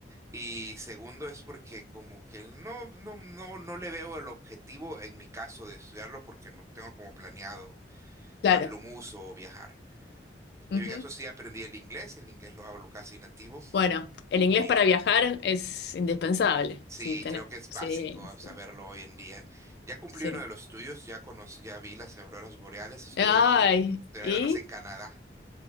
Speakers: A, on the right (about 15°); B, on the left (about 60°).
A: y segundo es porque como que no, no, no, no le veo el objetivo en mi caso de estudiarlo porque no tengo como planeado
B: Claro.
A: darle un uso o viajar. En
B: Ujú.
A: mi caso sí aprendí el inglés, el inglés lo hablo casi nativo
B: Bueno, el inglés
A: y
B: para viajar es indispensable.
A: Sí,
B: Sí, tenés.
A: creo que es
B: Sí,
A: básico saberlo
B: sí,
A: hoy en día. Ya cumplí
B: sí.
A: uno de los tuyos, ya conocí, ya vi las auroras boreales, estuve
B: Ay,
A: la opor- la oportunidad
B: ¿y?
A: de verlas en Canadá.